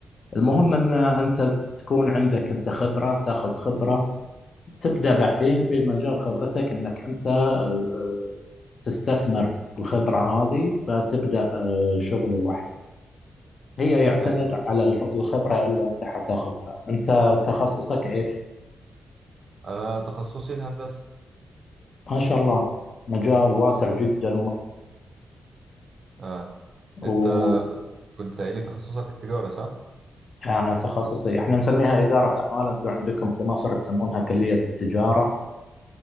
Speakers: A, on the left; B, on the right.
A: المهم
B: امم
A: ان انت تكون عندك انت خبرة تاخذ خبرة تبدأ بعدين في مجال خبرتك انك انت آه، آه، تستثمر الخبرة هذه فتبدأ آه، شغل لوحدك هي يعتمد
B: فاهم
A: على الف- الخبرة اللي انت حتاخذها انت تخصصك ايش
B: انا تخصصي الهندسة
A: ما شاء الله مجال واسع جدا
B: اه
A: ومطلوب
B: انت كنت قايل لي تخصصك التجارة صح؟
A: أنا تخصصي إحنا نسميها إدارة أعمال أنتم عندكم في مصر تسمونها كلية التجارة